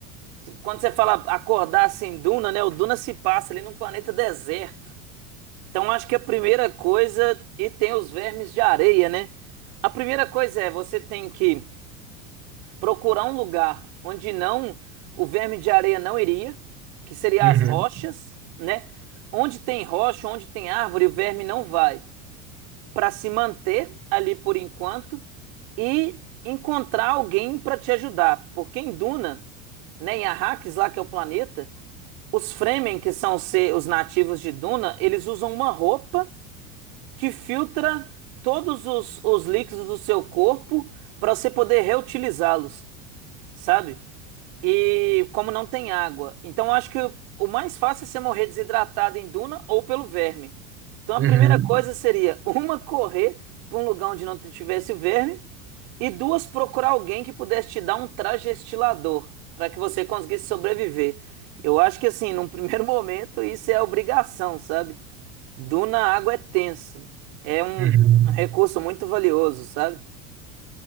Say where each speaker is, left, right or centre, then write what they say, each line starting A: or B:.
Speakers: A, on the right (about 65°); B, on the right (about 30°).
A: quando você fala acordar assim, Duna, né, o Duna se passa ali num planeta deserto. Então acho que a primeira coisa, e tem os vermes de areia, né? A primeira coisa é, você tem que procurar um lugar onde não, o verme de areia não iria, que seria
B: Uhum.
A: as rochas, né? Onde tem rocha, onde tem árvore, o verme não vai. para se manter ali por enquanto e encontrar alguém para te ajudar. Porque em Duna, né, em Arrakis, lá que é o planeta, os Fremen, que são os nativos de Duna, eles usam uma roupa que filtra todos os, os líquidos do seu corpo para você poder reutilizá-los sabe? E como não tem água. Então eu acho que o o mais fácil é você morrer desidratado em duna ou pelo verme. Então a
B: Uhum.
A: primeira coisa seria <laughs> uma correr para um lugar onde não tivesse verme e duas procurar alguém que pudesse te dar um trajestilador para que você conseguisse sobreviver. Eu acho que assim, num primeiro <laughs> momento isso é obrigação, sabe? Duna, água é tenso. É um
B: Uhum.
A: recurso muito valioso, sabe?